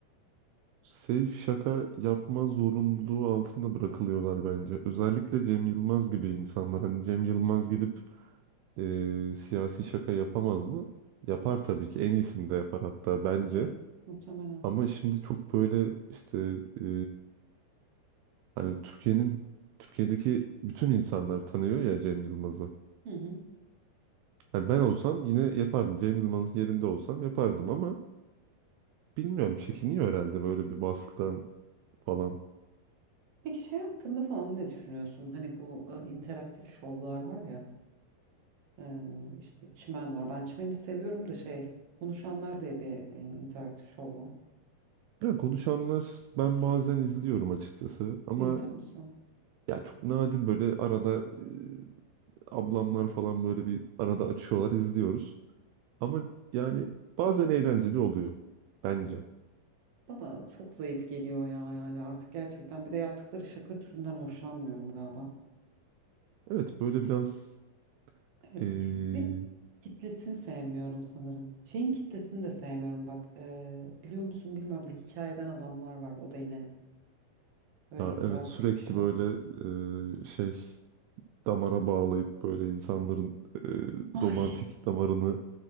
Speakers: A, on the right; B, on the right.
A: safe şaka yapma zorunluluğu altında bırakılıyorlar bence. Özellikle Cem Yılmaz gibi insanlar. Hani Cem Yılmaz gidip e, siyasi şaka yapamaz mı? Yapar tabii ki. En iyisini de yapar hatta bence.
B: Evet muhtemelen.
A: Ama şimdi çok böyle işte e, Hani Türkiye'nin Türkiye'deki bütün insanlar tanıyor ya Cem Yılmaz'ı.
B: Hı hı.
A: Hani ben olsam yine yapardım. Cem Yılmaz'ın yerinde olsam yapardım ama bilmiyorum çekiniyor herhalde böyle bir baskıdan falan.
B: Peki şey hakkında falan ne düşünüyorsun? Hani bu e, interaktif şovlar var ya e, işte çimen var. Ben çimeni seviyorum da şey konuşanlar diye bir e, interaktif şov var.
A: Ya konuşanlar ben
B: Öf,
A: bazen izliyorum açıkçası ama
B: İzliyor musun?
A: ya çok nadir böyle arada e, ablamlar falan böyle bir arada açıyorlar izliyoruz. Ama yani bazen eğlenceli oluyor bence.
B: Bana çok zayıf geliyor ya yani artık gerçekten bir de yaptıkları şaka türünden hoşlanmıyorum galiba.
A: Evet böyle biraz
B: Evet
A: e,
B: ve kitlesini sevmiyorum sanırım. Şeyin kitlesini de sevmiyorum bak e, biliyor musun bilmiyorum da hikayeden adamlar var o da yine böyle
A: ha,
B: interaktif
A: evet sürekli
B: bir şov.
A: böyle e, şey damara bağlayıp böyle insanların e, romantik
B: Ay
A: damarını